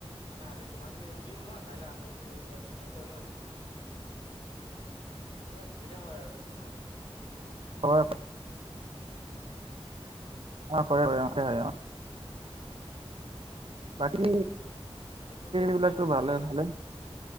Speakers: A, on the left; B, on the right.
A: মানে আজি তোমাৰ খিনি ৰুই দিম মই কাইলৈ মোৰ খিনি ৰুই দিবা তেনেকে কৈ ন কিছুমানে। এনেকে সুবিধা হয় আৰু ন।
B: হয়।
A: উম
B: অ', কৰে <unintelligible>
A: তাকে তাকে।
B: বাকী
A: বাকি কঠিয় চঠিয়া
B: বিলাকতো
A: তুমি
B: ভালে
A: তোলা নে নাই?
B: ভালে।